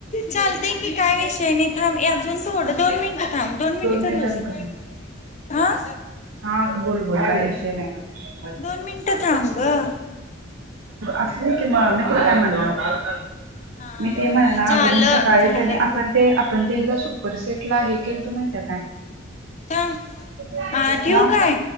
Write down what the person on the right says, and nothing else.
मिनिटांन
कर
हा बोल बोल काय विषय नाही.
असु दे की मग मी कुठ म्हणल
मी ते म्हणणा
अग मी सकाळी
कणी आपण ते आपण ते एकदा परिस्थती तुला हे केलतो माहित आहे
काय
थांब